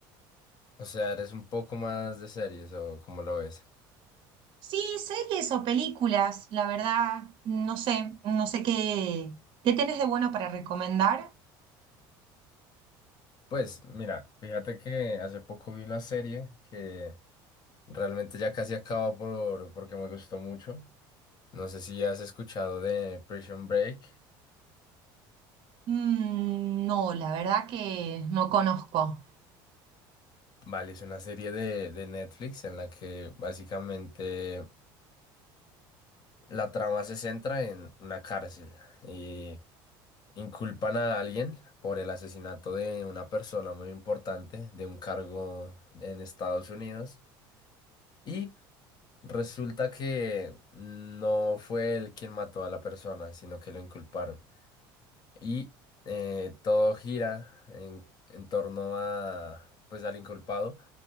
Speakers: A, on the left; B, on the right.
A: O sea, ¿eres un poco más de series o cómo lo ves?
B: Sí, series o películas, la verdad, no sé, no sé qué, qué tenés de bueno para recomendar.
A: Pues mira, fíjate que hace poco vi una serie que... Realmente ya casi acabo por, porque me gustó mucho. No sé si has escuchado de Prison Break.
B: Mm, no, la verdad que no conozco.
A: Vale, es una serie de, de Netflix en la que básicamente la trama se centra en una cárcel y inculpan a alguien por el asesinato de una persona muy importante de un cargo en Estados Unidos y resulta que no fue él quien mató a la persona, sino que lo inculparon. y eh, todo gira en, en torno a, pues, al inculpado